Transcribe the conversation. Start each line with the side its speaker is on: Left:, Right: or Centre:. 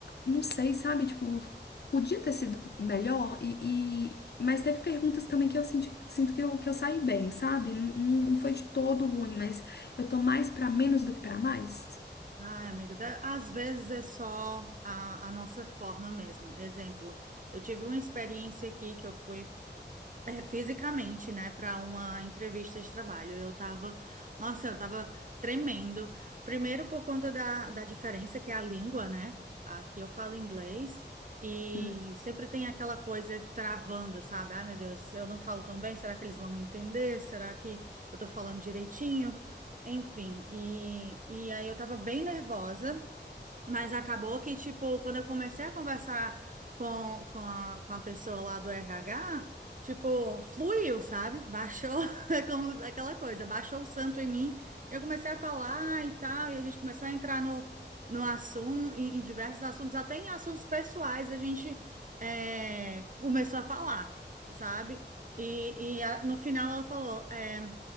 Left: não sei, sabe? Tipo, podia ter sido melhor e... e- Mas teve perguntas também que eu senti, sinto que eu, que eu saí bem, sabe? Não, não foi de todo ruim, mas eu tô mais pra menos do que pra mais.
Right: Ai, amiga, da- às vezes é só a, a nossa forma mesmo. Exemplo, eu tive uma experiência aqui que eu fui É, fisicamente, né, para uma entrevista de trabalho. Eu tava, nossa, eu tava tremendo. Primeiro por conta da, da diferença que é a língua, né? Aqui eu falo inglês e
Left: Hum.
Right: sempre tem aquela coisa travando, sabe? Ai, meu Deus, eu não falo tão bem, será que eles vão me entender? Será que eu tô falando direitinho? Enfim, e, e aí eu tava bem nervosa. Mas acabou que, tipo, quando eu comecei a conversar com, com a, com a pessoa lá do RH, tipo, fluiu, sabe? Baixou, <laughs> é como aquela coisa, baixou o santo em mim. Eu comecei a falar e tal, e a gente começou a entrar no, no assunto, em, em diversos assuntos, até em assuntos pessoais, a gente é, começou a falar, sabe? E, e a- no final ela falou, é,